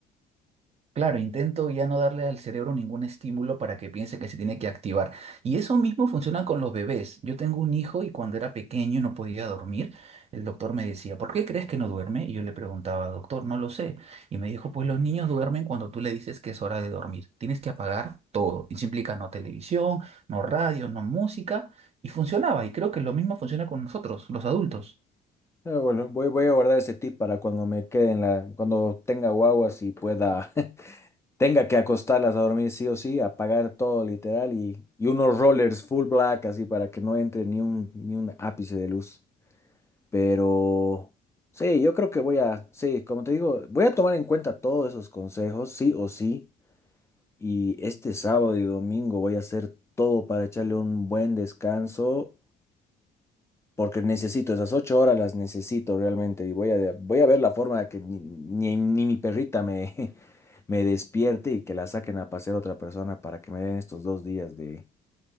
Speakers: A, on the right; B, on the left.
A: Claro, intento ya no darle al cerebro ningún estímulo para que piense que se tiene que activar. Y eso mismo funciona con los bebés. Yo tengo un hijo y cuando era pequeño no podía dormir. El doctor me decía, ¿por qué crees que no duerme? Y yo le preguntaba, doctor, no lo sé. Y me dijo, pues los niños duermen cuando tú le dices que es hora de dormir. Tienes que apagar todo. Y eso implica no televisión, no radio, no música. Y funcionaba. Y creo que lo mismo funciona con nosotros, los adultos.
B: Pero bueno, voy, voy a guardar ese tip para cuando me quede en la, cuando tenga guaguas y pueda, <laughs> tenga que acostarlas a dormir sí o sí, apagar todo literal y, y unos rollers full black así para que no entre ni un, ni un ápice de luz. Pero sí, yo creo que voy a, sí, como te digo, voy a tomar en cuenta todos esos consejos, sí o sí. Y este sábado y domingo voy a hacer todo para echarle un buen descanso porque necesito esas ocho horas, las necesito realmente y voy a, voy a ver la forma de que ni, ni- ni mi perrita me, <laughs> me despierte y que la saquen a pasear a otra persona para que me den estos dos días de,